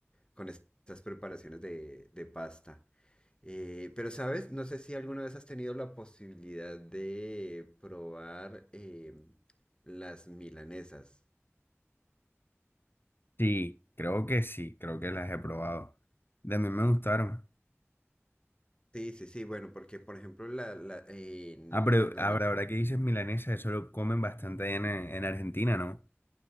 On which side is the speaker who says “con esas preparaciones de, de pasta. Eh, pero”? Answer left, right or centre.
Left